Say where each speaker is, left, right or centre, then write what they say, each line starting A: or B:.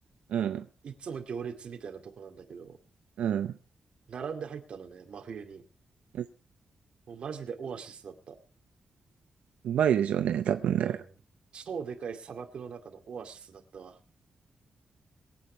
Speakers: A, on the right; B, on the right.
A: うん。
B: いつも行列みたいなとこなんだけど、
A: うん。
B: 並んで入ったのね、真冬に。
A: え
B: もうマジでオアシスだった。
A: うまいでしょうね、多分ね。
B: うん。超でかい砂漠の中のオアシスだったわ。